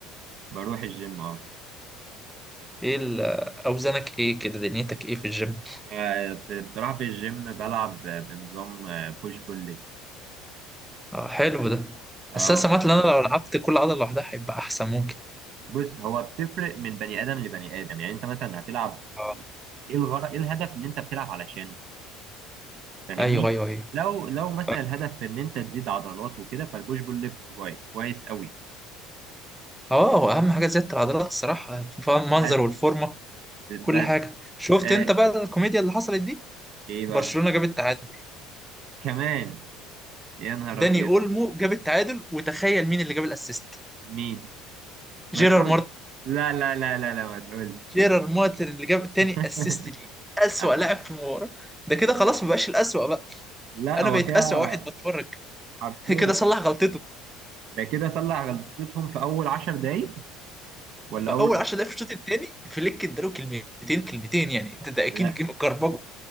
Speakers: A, on the right (about 55°); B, in the centre.
A: بروح الجيم اه
B: ايه ال- آه، اوزانك ايه كده دنيتك ايه في الجيم
A: آه، في بصراحة في الجيم بلعب آه، بنظام بوش بول ليج
B: اه حلو ده
A: اه
B: بس انا سمعت ان انا لو لعبت كل عضلة لوحدها هيبقى احسن ممكن
A: بص هو بتفرق من بني ادم لبني ادم يعني انت مثلا هتلعب
B: اه
A: ايه الغرض ايه الهدف اللي انت بتلعب علشانه فاهمني
B: ايوه ايوه ايوه
A: لو لو مثلا
B: ف-
A: الهدف ان انت تزيد عضلات وكده فالبوش بول ليج كويس كويس قوي
B: اه هو اهم حاجة زيادة العضلات الصراحة المنظر
A: بس
B: والفورمة كل
A: بس
B: حاجة شفت
A: آه
B: انت بقى الكوميديا اللي حصلت دي
A: ايه بقى
B: برشلونة جاب التعادل
A: كمان يا نهار
B: داني
A: ابيض
B: اولمو جاب التعادل وتخيل مين اللي جاب الاسيست
A: مين ما
B: جيرار
A: تقولش لا لا لا لا لا ما تقولش
B: جيرار
A: ما تقولش
B: مارتن اللي جاب التاني
A: <laughs>
B: اسيست ليه اسوأ
A: انا
B: لاعب في المباراة ده كده خلاص ما بقاش الاسوأ بقى
A: لا
B: انا
A: هو
B: بقيت
A: كده
B: اسوأ واحد بتفرج
A: حرفيا
B: <laughs> كده صلح غلطته
A: ده كده صلح غلطتهم في اول عشر دقايق ولا
B: فاول
A: اول
B: 10 دقايق في الشوط التاني فليك اداله كلمتين كلمتين يعني ده, ده اكيد
A: لا
B: جيم- كربجه